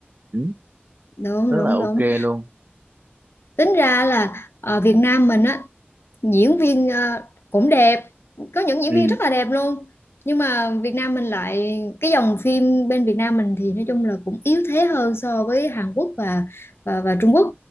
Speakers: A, on the right; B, on the left.
A: ừ,
B: đúng
A: rất
B: đúng
A: là ok
B: đúng
A: luôn
B: tính ra là ở Việt Nam mình á diễn viên ờ, cũng đẹp có những diễn
A: ừ,
B: viên rất là đẹp luôn nhưng mà Việt Nam mình lại cái dòng phim bên Việt Nam mình thì nói chung là cũng yếu thế hơn so với Hàn Quốc và và, và Trung Quốc